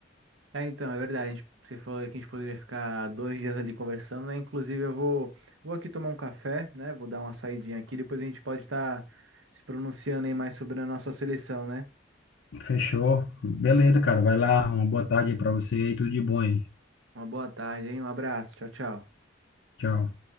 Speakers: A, on the right; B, on the left.
A: É, então, é verdade. A gente- Você falou que a gente poderia ficar dois dias ali conversando, né? Inclusive, eu vou, vou aqui tomar um café, né? Vou dar uma saidinha aqui. Depois a gente pode estar se pronunciando aí mais sobre a nossa seleção, né?
B: Fechou. Beleza, cara. Vai lá, uma boa tarde para você e tudo de bom aí.
A: Uma boa tarde, hein? Um abraço. Tchau, tchau.
B: Tchau.